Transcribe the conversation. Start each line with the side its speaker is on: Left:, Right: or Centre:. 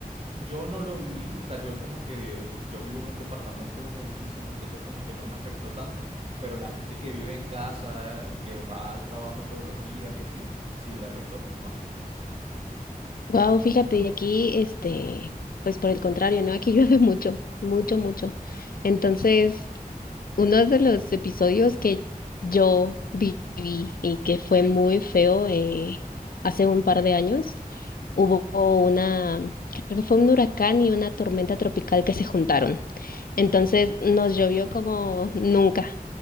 Right: yo no lo viví, o sea, yo como que yo vivo en un departamento, en un edificio, entonces como que no me afectó tanto, pero la gente que vive en casa y que va al trabajo todos los días y así, sí le afectó mucho más.
Left: Wow, fíjate, y aquí, este, pues por el contrario, ¿no? Aquí <laughs> llueve mucho, mucho, mucho. Entonces, uno de los episodios que yo viví y que fue muy feo eh, hace un par de años. hubo una, creo que fue un huracán y una tormenta tropical que se juntaron. Entonces nos llovió como nunca